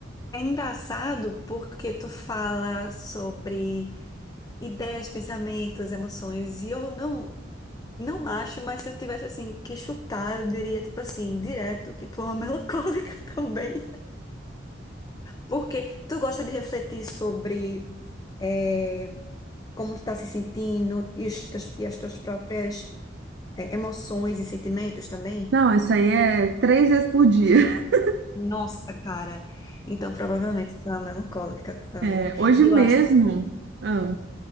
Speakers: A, on the left; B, on the right.
A: É engraçado porque tu fala sobre ideias, pensamentos, emoções, e eu não, não acho, mas se eu tivesse assim que chutar, eu diria tipo assim, direto que tu é uma <laughs> melancólica também. Porque tu gosta de refletir sobre eh, como tu tá se sentindo e as tuas, e as tuas próprias eh, emoções e sentimentos também?
B: Não, isso aí é três vezes por dia. <laughs>
A: Nossa, cara. Então, provavelmente tu é uma melancólica também.
B: É, hoje
A: E
B: mesmo.
A: eu acho, tipo,
B: Ah.